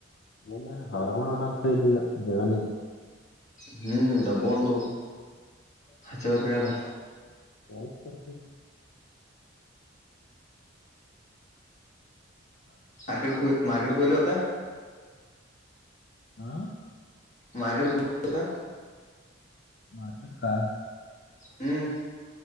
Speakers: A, on the left; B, on the left.
A: ಇಲ್ಲ ಏನ್ ಹಾಳ್ಕೋನ ಅಂತ ಇಲ್ಲಿ ಈಗ ಬೆಳನಿಗೆ
B: ಹ್ಮಡಾಬ್ಬಂದಂದು ಹಚೆೇಕ
A: ವಸ್ ತರ್
B: ಮಾರ್ಕೆಟ್ ಮಾರ್ಕೆಟ್ ಕೊಲ ಅತ್ತ
A: ಹ
B: ಮಾರ್ಕೆಟ್ ಕತ
A: ಮಾರ್ಕೆಟ್ ಕ
B: ಹ್ಮ್